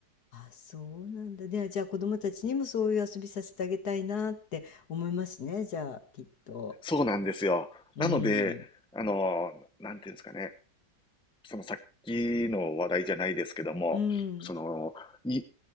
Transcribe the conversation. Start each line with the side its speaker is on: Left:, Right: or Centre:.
Left: あ、そうなんだ。で、じゃあ子供たちにもそういう遊びさせてあげたいなって思いますね。じゃあ、きっと。
Centre: そうなんですよ。
Left: うん。
Centre: なので、あの、なんていうんですかね、そのさっきの話題じゃないですけども、
Left: うん。
Centre: その、い、